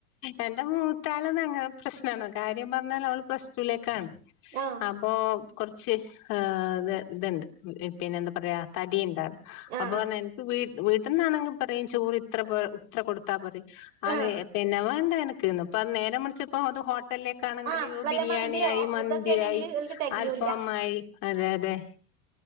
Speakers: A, on the left; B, on the right.
A: എന്റെ മൂത്താള് ഭയങ്കര പ്രശ്നാണ് കാര്യം പറഞ്ഞാൽ അവൾ പ്ലസ് ടു ലേക്കാണ്.
B: ആഹ്
A: അപ്പോ കൊർച്ച് ഏഹ് ഇത്ണ്ട് പിന്നെ എന്താ പറയാ തടിയുണ്ടാള് അപ്പോ
B: ആഹ്
A: പർഞ്
B: ആഹ്
A: എൻ ക്ക് വീ വീട്ടിന്നാണെങ്കി പറയും ചോറ് ഇത്ര പേ ഇത്ര കൊടുത്താ പറയും ആന്
B: ആഹ്
A: പിന്നെ വേണ്ട എനക്ക്ന്നും. അപ്പ നേരേ മറിച്ച്പ്പോ അത് ഹോട്ടലിലേക്കാണെങ്കിൽ
B: ആഹ് വല്ല
A: ബിരിയാണിയായി
B: മന്തിയോ
A: മന്തിയായി
B: ഇതൊക്കെ ആണെങ്കില് ഓൽക്ക് തെകയൂല്ല
A: അൽഫാമായി അതെ അതെ.